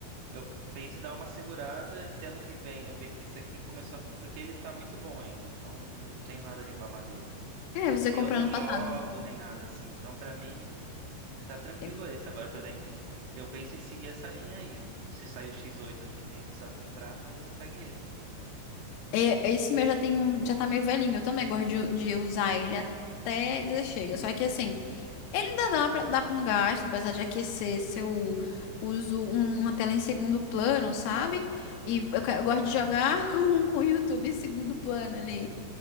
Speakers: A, on the right; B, on the left.
A: Eu penso em dar uma segurada. Esse ano que vem eu ver que isso aqui começou a... fi- Porque ele tá muito bom ainda, então não tenho nada a reclamar dele.
B: É, você
A: E
B: comprou
A: eu não
B: ano
A: jogo
B: passado.
A: nem nada assim, então pra mim tá tranquilo
B: Eu-
A: esse. Agora, por exemplo, eu penso em seguir essa linha aí. Se sair o X8 ano que vem eu precisar comprar, talvez eu pegue esse.
B: é, Esse meu já tem, um- já tá meio velhinho. Eu também gosto de, de usar ele até dizer chega. Só que assim. Ele ainda dá pra dar pra um gasto, apesar de aquecer se eu uso um- uma tela em segundo plano, sabe? E eu, ca- eu gosto de jogar <laughs> com, com o YouTube em segundo plano ali.